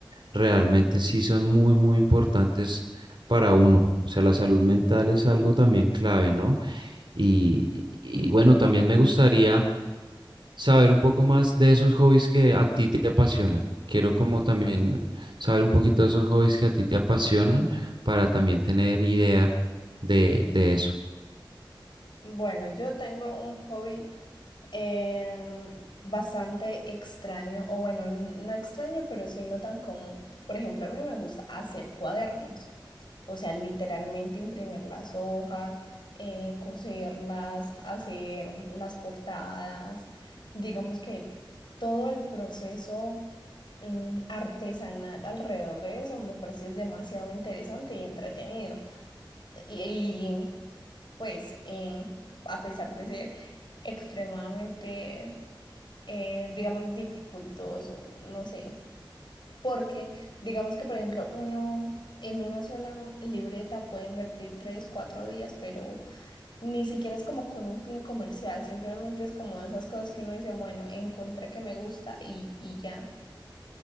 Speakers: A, on the right (about 70°); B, on the left (about 65°).
A: realmente sí son muy, muy importantes para uno. O sea, la salud mental es algo también clave, ¿no? Y, y y bueno, también me gustaría saber un poco más de esos hobbies que a ti te apasionan. Quiero como también saber un poquito de esos hobbies que a ti te apasionan para también tener idea de, de eso.
B: Bueno, yo tengo un hobby em, bastante extraño, o bueno, n- no extraño, pero sí no tan común. Por ejemplo, a mí me gusta hacer cuadernos, o sea, literalmente imprimir las hojas, eh, coserlas, hacer las portadas, digamos que todo el proceso mm, artesanal alrededor de eso me parece demasiado interesante y entretenido. Y, y, pues, eh, a pesar de ser extremadamente eh, digamos, dificultoso, no sé. Porque, digamos que, por ejemplo, uno en una sola m- libreta puede invertir tres, cuatro días, pero ni siquiera es como con un fin comercial, simplemente es como de esas cosas que uno dice, bueno, encontré que me gusta y, y ya.